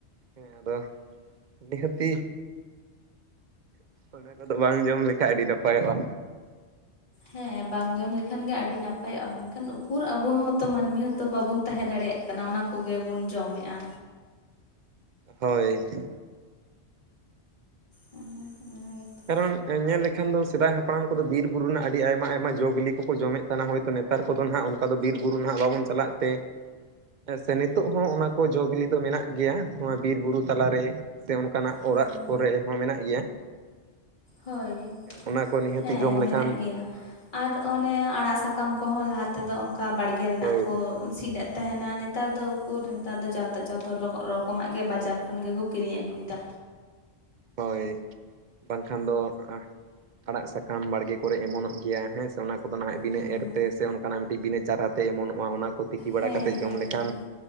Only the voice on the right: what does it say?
ᱦᱮᱸ ᱟᱫᱚ ᱫᱤᱦᱟᱹᱛᱤ᱾ ᱚᱱᱟ ᱠᱚᱫᱚ ᱵᱟᱝ ᱡᱚᱢ ᱞᱮᱠᱷᱟᱡ ᱟᱹᱰᱤ ᱱᱟᱯᱟᱭᱚᱜ-ᱟ᱾
ᱦᱳᱭ᱾
ᱠᱟᱨᱚᱱ ᱧᱮᱞ ᱞᱮᱠᱷᱟᱱ ᱫᱚ ᱥᱮᱫᱟᱭ ᱦᱟᱯᱲᱟᱢ ᱠᱚᱫᱚ ᱵᱤᱨ ᱵᱩᱨᱩ ᱨᱮᱱᱟᱜ ᱟᱹᱰᱤ ᱟᱭᱢᱟ ᱟᱭᱢᱟ ᱡᱚᱼ ᱵᱤᱞᱤ ᱠᱚᱠᱚ ᱡᱚᱢᱮᱫ ᱠᱟᱱᱟ ᱦᱳᱭᱛᱚ ᱱᱮᱛᱟᱨ ᱠᱚᱫᱚ ᱱᱟᱦᱟᱜ ᱚᱱᱠᱟ ᱫᱚ ᱵᱤᱨᱵᱩᱨᱩ ᱱᱟᱦᱟᱜ ᱵᱟᱵᱚᱱ ᱪᱟᱞᱟᱜ ᱛᱮ᱾ ᱦᱮᱸ ᱥᱮ ᱱᱤᱛᱚᱜ ᱦᱚᱸ ᱚᱱᱟ ᱠᱚ ᱡᱚ-ᱵᱤᱞᱤ ᱫᱚ ᱢᱮᱱᱟᱜ ᱜᱮᱭᱟ ᱱᱚᱣᱟ ᱵᱤᱨ ᱵᱩᱨᱩ ᱛᱟᱞᱟᱨᱮ᱾ ᱥᱮ ᱚᱱᱠᱟᱱᱟᱜ
ᱚᱲᱟᱜ ᱠᱚᱨᱮ ᱦᱚᱸ ᱢᱮᱱᱟᱜ ᱜᱮᱭᱟ᱾
ᱚᱱᱟ ᱠᱚ ᱱᱤᱦᱟᱹᱛᱤ
ᱡᱚᱢ ᱞᱮᱠᱷᱟᱱ
ᱦᱳᱭ
ᱦᱳᱭ᱾ ᱵᱟᱝᱠᱷᱟᱱ ᱫᱚ ᱟᱲᱟᱜ ᱥᱟᱠᱟᱢ ᱵᱟᱲᱜᱮ ᱠᱚᱨᱮ ᱮᱢᱚᱱᱚᱜ ᱜᱮᱭᱟ ᱦᱮᱸ ᱥᱮ ᱚᱱᱟ ᱠᱚ᱾ ᱫᱚ ᱱᱟᱦᱟᱜ ᱵᱤᱱᱟᱹ
ᱮᱨᱛᱮ ᱥᱮ ᱚᱱᱠᱟᱱᱟᱜ ᱢᱤᱫᱴᱤᱡ ᱵᱤᱱᱟᱹ ᱪᱟᱨᱟᱛᱮ ᱮᱢᱚᱱᱚᱜ-ᱟ ᱚᱱᱟ ᱠᱚ᱾ ᱛᱤᱠᱤ ᱵᱟᱲᱟ
ᱠᱟᱛᱮᱜ
ᱡᱚᱢ ᱞᱮᱠᱷᱟᱱ᱾